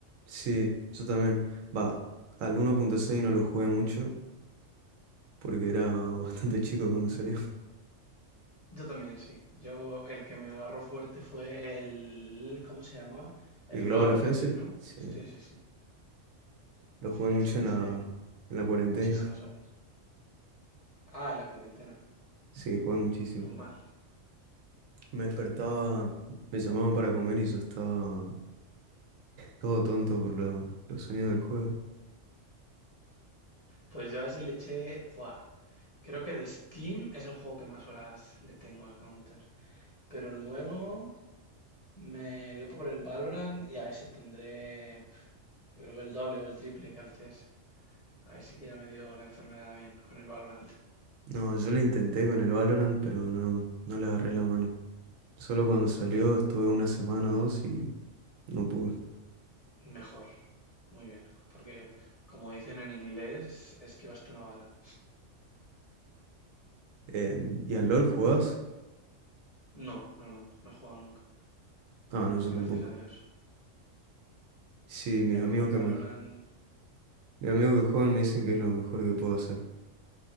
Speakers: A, on the right; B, on the left.
A: Sí, yo también. Va, al uno punto seis no lo jugué mucho porque era <laughs> bastante chico cuando salió.
B: Yo también, sí. Yo, el que me agarró fuerte fue el... ¿Cómo se llamaba? El
A: El Global
B: Global Offensive,
A: Offensive,
B: ¿no?
A: sí,
B: Sí, sí, sí.
A: lo jugué
B: Sí,
A: mucho
B: a ese le
A: en
B: eché
A: la, en la cuarentena.
B: muchísimas horas. Ah, en la cuarentena.
A: Sí, jugué muchísimo.
B: Normal.
A: Me despertaba, me llamaban para comer y yo estaba todo tonto por lo- los sonidos del juego.
B: Pues yo a ese le eché... Buah. Creo que de Steam es el juego que más horas le tengo al Counter. Pero luego me dio por el Valorant y a ese tendré... pf, Yo creo que el doble o el triple que al CS. Ahí sí que ya me dio la enfermedad bien con el Valorant.
A: No, yo lo intenté con el Valorant, pero no, no le agarré la mano. Solo cuando salió
B: Mejor.
A: estuve una semana o dos y no pude.
B: mejor. Muy bien. Porque, como dicen en inglés, esquivaste una bala.
A: Em, ¿y al LOL jugás?
B: No, no, no. No he jugado nunca.
A: Ah, no, yo
B: Gracias
A: tampoco.
B: a Dios.
A: Sí, mis
B: Ya
A: amigos
B: con el
A: que
B: Valorant.
A: me Mis amigos que juegan me dicen que es lo mejor que puedo hacer.